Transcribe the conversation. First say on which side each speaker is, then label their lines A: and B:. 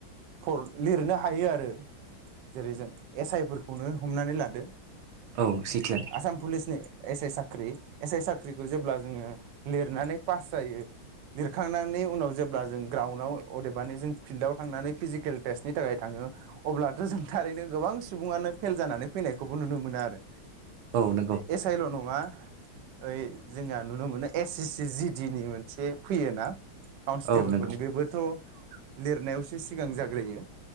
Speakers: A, on the right; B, on the right.
A: फर लिरनो हायो आरो जेरै जों एस आइ फोरखौनो हमनानै लादो
B: औ सैथोयानो
A: आसाम पुलिसनि एस आइ साख्रि एस आइ साख्रिखौ जेब्ला जोङो लिरनानै पास जायो लिरखांनायनि उनाव जेब्ला जों ग्राउन्डआव अदेबानि जों फिल्डआव थांनानै फिजिकेल टेस्टनि थाखाय थाङो अब्लाथ' जों थारैनो गोबां सुबुङानो फेल जानानै फैनायखौबो नुनो मोनो आरो।
B: औ नंगौ
A: बे एस आइ ल' नङा ओइ जोंहा नुनो मोनो S S C G D नि मोनसे फैयो ना काउनस्टेबोलफोरनि
B: औ नंगौ
A: बेबोथ' लिरनायावसो सिगां जाग्रोयो